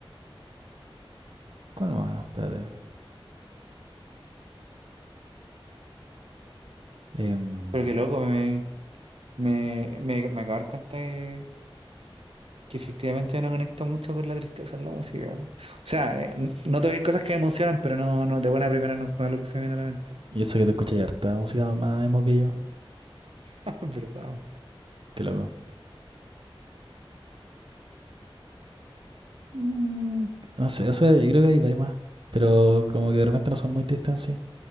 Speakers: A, on the right; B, on the right.
A: ¿Cuál más? Espérate. Em,
B: Pero que loco, me, me, me, me acabo de dar cuenta que, que efectivamente no conecto mucho con la tristeza en la música. weón. O sea, eh, n- noto que hay cosas que me emocionan, pero no, no, de buena primera no, no es lo que se me viene a la mente. <laughs>
A: y eso que te escuché harta música más emo que yo.
B: Ah, Es verdad, weón.
A: Qué loco. Mm, no sé, o sea, yo creo que hay varias más. Pero como que de repente no son muy tristes en sí.